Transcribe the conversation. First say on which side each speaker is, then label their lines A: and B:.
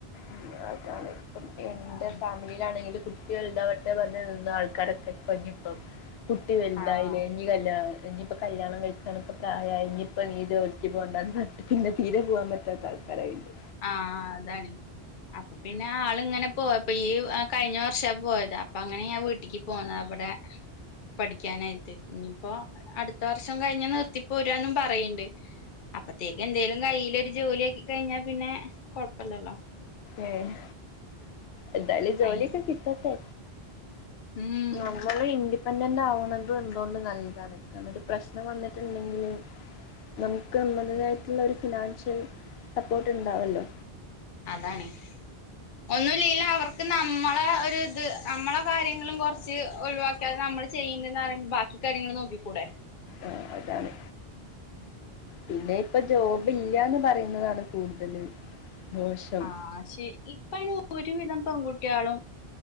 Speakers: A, on the left; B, on the left.
A: ഉം അതാണ് ഇപ്പം എന്റെ
B: ആഹ്
A: ഫാമിലിയിലാണെങ്കില് കു ട്ട്യൾ ണ്ടാവട്ടെ പറഞ്ഞ് നിന്ന ആൾക്കാരൊക്കെ പ്പഞ്ഞിപ്പം കുട്ടി വൽതായിലെ
B: ആഹ്
A: ഞ്ഞി കല്ല്യാണം എഞ്ഞി ഇപ്പൊ കല്യാണം കഴിക്കാനൊക്കെ പ്രായായി ഇഞ്ഞ്പ്പം നീ ജോലിക്ക് പോകണ്ടാന്ന് <unintelligible> പിന്നെ തീരെ പോകാൻ പറ്റാത്ത ആൾക്കാരായില്ലേ
B: ആഹ് അതാണ് അപ്പൊ പിന്നെ ആള് ങ്ങനെ പോയപ്പൊ ഈ കഴിഞ്ഞ വർഷാ പോയത് അപ്പ ങ്ങനെ ഞാൻ വീ ട്ടിക്ക് പോന്നാ വിടെ പഠിക്കാനായിട്ട് ഇഞ്ഞ്പ്പോ അടുത്ത വർഷം കഴിഞ്ഞാ നിർത്തി പോരാന്നും പറയ്ണ്ട്. അപ്പത്തേക്കെന്തേലും കയ്യിലൊരു ജോലി ആക്കി കഴിഞ്ഞാ പിന്നെ കൊഴപ്പല്ലല്ലോ
A: ഏഹ് എന്തായാലും ജോലി
B: അയിന്
A: ഒക്കെ കിട്ടട്ടെ.
B: ഉം
A: മ്മള് ഇൻഡിപെൻഡന്റ് ആവുന്നത് എന്തുകൊണ്ടും നല്ലതാണ് കാരണം ഒരു പ്രശ്നം വന്നിട്ടുണ്ടെങ്കില് നമുക്ക് നമ്മടേതായിട്ടുള്ള ഒരു ഫിനാൻഷ്യൽ സപ്പോർട്ട് ണ്ടാവല്ലോ
B: അതാണ് ഒന്നും ഇല്ലേലു അവർക്ക് നമ്മളെ ഒരു ത് നമ്മളെ കാര്യങ്ങളും കൊർച്ച് ഒഴിവാ ക്കിയാൽ നമ്മള് ചെയ്യ്ണ്ട് ന്നറി ബാക്കി കാര്യങ്ങള് നോക്കിക്കൂടെ
A: ആഹ് അതാണ് പിന്നെ ഇപ്പൊ ജോബ് ഇല്ലാന്ന് പറയുന്നതാണ് കൂടുതല് മോശം.
B: ആഹ് ക്ഷേ ഇപ്പ അയിന് ഒരുവിധം പെൺകുട്ട്യാളും